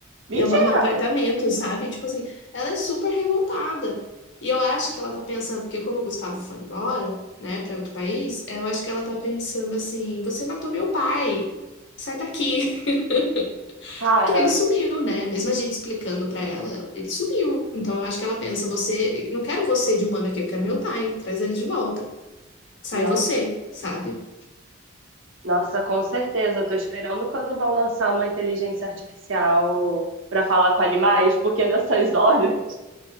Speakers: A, on the right; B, on the left.
A: Mentira!
B: E eu moro num apartamento, sabe? Tipo assim, ela é super revoltada. E eu acho que ela tá pensando, porque como o Gustavo foi embora, né, pra outro país, eu acho que ela tá pensando assim, você matou meu pai, sai daqui. <laughs>
A: Cara,
B: que ele sumiu, né? Mesmo a gente explicando pra ela, ela- ele sumiu. Então eu acho que ela pensa, você, não quero você de humano aqui, eu quero meu pai, traz ele de volta. Sai
A: nossa,
B: você, sabe?
A: nossa, com certeza. Eu tô esperando quando vão lançar uma inteligência artificial pra falar com animais, porque nessas horas.